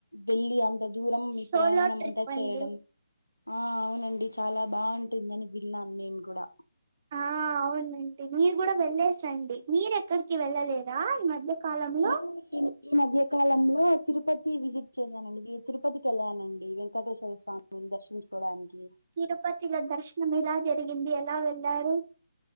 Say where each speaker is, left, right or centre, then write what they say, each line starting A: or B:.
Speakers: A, on the left (about 85°); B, on the right (about 35°).
A: వెళ్ళి అంత దూరం మీ
B: సోలో
A: ప్రయాణం
B: ట్రిప్
A: అంతా
B: అండి
A: చేయడం ఆ అవునండి చాలా బాగుంటుందని విన్నాను నేను కూడా
B: ఆ అవునండి మీరు కూడా వెళ్లేేసి రండి మీరు ఎక్కడికి వెళ్ళలేదా ఈ మధ్య కాలంలో
A: నేను ఈ-ఈ మధ్య కాలంలో తిరుపతి విజిట్ చేశానండి తిరుపతికి వెళ్ళానండి వెంకటేశ్వర స్వామిని దర్శించుకోవడానికి
B: తిరుపతిల దర్శనం ఎలా జరిగింది ఎలా వెళ్లారు